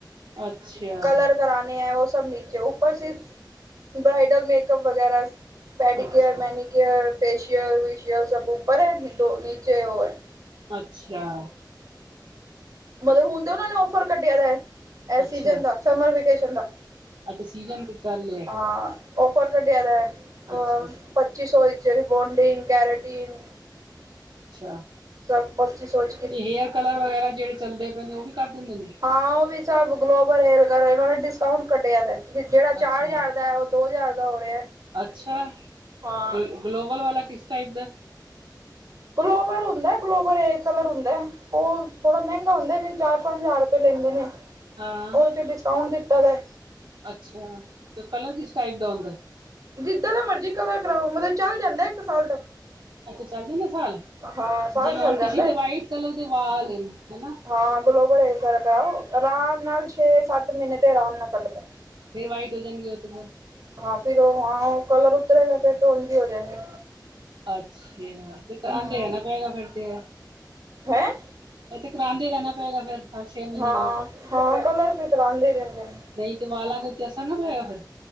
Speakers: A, on the right (about 80°); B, on the right (about 50°).
A: ਅੱਛਾ
B: ਕਲਰ ਕਰਾਣੇ ਐ ਉਹ ਸਭ ਨੀ ਉੱਪਰ ਸਿਰਫ ਬਰਾਈਡਲ ਮੇਕਪ ਵਗੈਰਾ। ਪੈਡੀਕੇਅਰ
A: ਅੱਛਾ
B: ਮੈਨੀਕੇਅਰ ਫੇਸ਼ੀਅਲ ਵੇਸ਼ੀਅਲ ਸਭ ਉੱਪਰ ਹੈ, ਦੋ ਨੀਚੇ ਉਹ ਐ
A: ਅੱਛਾ
B: ਮਤਲਬ ਹੁਣ ਤੇ ਉਹਨਾਂ ਨੇ ਔਫਰ ਕੱਢਿਆਦਾ ਐ, ਐ
A: ਅੱਛਾ
B: ਸੀਜਨ ਦਾ, ਸਮਰ ਵੇਕੇਸ਼ਨ ਦਾ।
A: ਅੱਛਾ ਸੀਜਨ ਵੀ ਚੱਲ ਰਿਆ ਐ।
B: ਹਾਂ ਔਫਰ ਕਟਿਆਦਾ ਐ
A: ਅੱਛਾ ਅੱਛਾ
B: ਪੱਚੀ ਸੌ ਚ ਰੀਬੋਂਦਿੰਗ ਕੈਰੇਟੀਨ।
A: ਅੱਛਾ।
B: ਸਭ ਪੱਚੀ ਸੋ'ਚ
A: ਤੇ, ਹੇਅਰ ਕਲਰ ਵਗੈਰਾ ਜਿਹੜੇ ਚੱਲਦੇ ਪਏ ਨੇ ਉਹ ਵੀ ਕਰ ਦਿੰਦੇ ਨੇ?
B: ਹਾਂ ਉਹ ਵੀ ਸਭ ਗਲੋਬਲ ਹੇਅਰ ਕਲਰ ਇਹਨਾਂ ਨੇ ਡਿਸਕਾਊਂਟ ਕਢਿਆ ਜਿਹੜਾ ਚਾਰ-ਹਜ਼ਾਰ
A: ਅੱਛਾ
B: ਦਾ ਉਹ ਦੋ ਹਜ਼ਾਰ ਦਾ ਹੋ ਰਿਹਾ,
A: ਅੱਛਾ
B: ਹਾਂ।
A: ਗਲ ਗਲੋਬਲ ਵਾਲਾ ਕਿਸ ਟਾਈਪ ਦਾ?
B: ਗਲੋਬਰ ਹੁੰਦਾ ਗਲੋਬਰ ਏ ਕਲਰ ਹੁੰਦਾ। ਉਹ ਥੋੜਾ ਮਹਿੰਗਾ ਹੁੰਦਾ ਜਿਹਨੂੰ ਚਾਰ ਪੰਜ ਹਜ਼ਾਰ ਰੁਪਏ ਲੈਂਦੇ ਨੇ।
A: ਹਾਂ
B: ਉਹਦੇ ਤੇ ਡਿਸਕਾਉਂਟ ਦਿੱਤਾ ਦੈ‌।
A: ਅੱਛਾ, ਤੇ ਕਲਰ ਕਿਸ ਟਾਈਪ ਦਾ ਹੋਂਦਾ?
B: ਜਿੱਦਾ ਦਾ ਮਰਜੀ ਕਲਰ ਕਰਾਓ, ਮਤਲਬ ਚੱਲ ਜਾਂਦਾ ਇੱਕ ਸਾਲ ਤੱਕ।
A: ਅੱਛਾ ਚੱਲ ਜਾਂਦੇ ਸਾਲ?
B: ਹਾਂ ਸਾਲ
A: ਜਿਵੇਂ
B: ਚੱਲ
A: ਹੁਣ
B: ਜਾਂਦਾ
A: ਕਿਸੇ ਦੇ ਵਾਈਟ ਕਲਰ ਦੇ ਵਾਲ ਏਨ, ਹੈਨਾ।
B: ਹਾਂ, ਗਲੋਬਲ ਏਰਕਰਕਾ, ਆਰਾਮ ਨਾਲ ਛੇ-ਸੱਤ ਮਹੀਨੇ ਤੇ ਆਰਾਮ ਨਾਲ ਕੱਢਦਾ।
A: ਫੇਰ ਵਾਈਟ ਹੋ ਜਾਂਦੀ ਓ ਤਾ ਫਿਰ।
B: ਹਾਂ, ਫਿਰ ਓ ਹਾਂ, ਉਹ ਕਲਰ ਉਤਰੇਗਾ ਫਿਰ ਤੇ ਓਂਝ ਹੀ ਹੋ ਜਾਂਏਗੇ।
A: ਅੱਛਯਾ, ਫੇ ਕਰਾਂਦੇ
B: ਹਮ
A: ਰਹਿਣਾ ਪਏਗਾ ਫਿਰ ਤੇ
B: ਹੈਂ
A: ਇੱਥੇ ਕਰਾਉਦੇ ਰਹਿਣਾ ਪਏਗਾ ਫਿਰ। ਹਰ ਛੇ ਮਹੀਨੇ
B: ਹਾਂ
A: ਬਾਅਦ
B: ਹਾਂ ਕਲਰ ਫਿਰ ਕਰਾਂਦੇ ਰਹਿੰਦੇ ਨੇ।
A: ਨਹੀਂ ਤੇ ਵਾਲਾਂ ਦੇ ਉੱਤੇ ਅਸਰ ਨਾ ਪੈਗਾ ਫ਼ਿਰ।